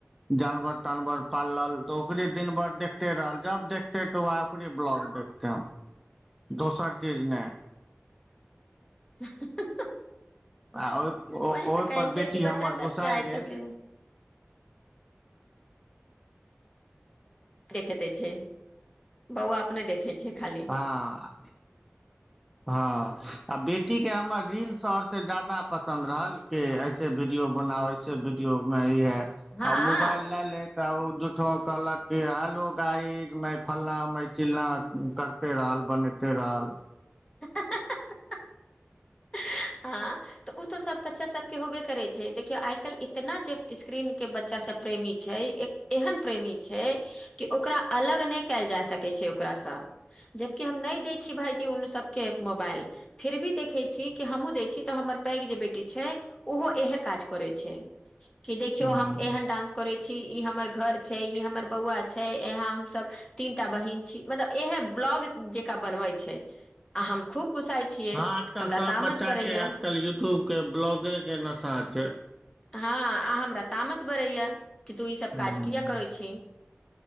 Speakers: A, in the centre; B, on the left.
A: जानवर तानवर पालल तऽ ओकरे दिन भर देखते रहल जब देखते त उहै ओकर ब्लॉग देखत दोसर चीज ने
B: <inaudible> तऽ
A: आ ओहि
B: वही
A: ओहिपर
B: ने कहै छै
A: बेटी
B: कि बच्चा
A: हमर
B: सबके
A: गुस्साइ
B: आइ
A: गेल
B: काल्हिके देखे दे छै बौआ अपने देखे छै खाली
A: हँ हँ आ बेटी के हमर रील सब से ज्यादा पसन्द रहल के ऐसे वीडियो बनाउ ऐसे वीडियो में
B: हँ
A: आ मोबइल ले तऽ आ <unintelligible> झूठहो कहलक के हलो गायज मैं फलना में चिलना करते रहल बने ते रहल
B: <inaudible> हँ तऽ ओ तऽ सब बच्चा सबके होबे करै छै। देखियौ आइ काल्हि इतना जे स्क्रीन के बच्चा सब प्रेमी छै। एक एहन प्रेमी छै। कि ओकरा अलग नहि कयल जा सकै छै। छै ओकासँ जबकि हम नहि न दै छी भाइजी उ सबके मोबाइल फिर भी देखै छी कि हमहुँ दय छी तऽ हमर पैघ जे बेटी छै। ओहो इहे काज करे छै। की देखियो
A: हँ
B: हम एहन डासं करे छी हमर घर छै। ई हमर बौआ छै यहाँ हमसब तीनटा बहिन छी मतलब इहै ब्लॉग जेका बनवाई छे हम खूब गुसाई छीय
A: आजकल
B: हमरा
A: सब
B: तामस
A: बच्चा
B: बड़ैया
A: के आजकल यूट्यूब के ब्लॉगे के नशा छै
B: हँ अ हमरा तामस बरैया कि तू ईसभ
A: हँ,
B: काज कि या करै छी